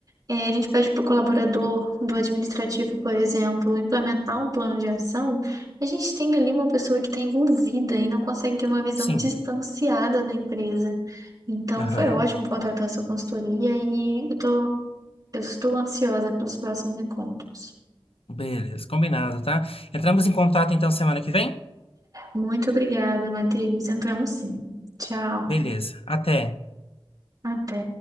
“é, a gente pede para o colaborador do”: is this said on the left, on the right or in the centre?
Right